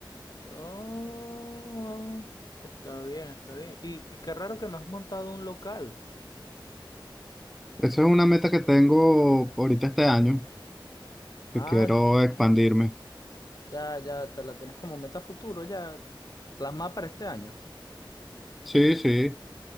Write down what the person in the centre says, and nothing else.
Esa es una meta que tengo ahorita este año,
que quiero expandirme.
Sí, sí.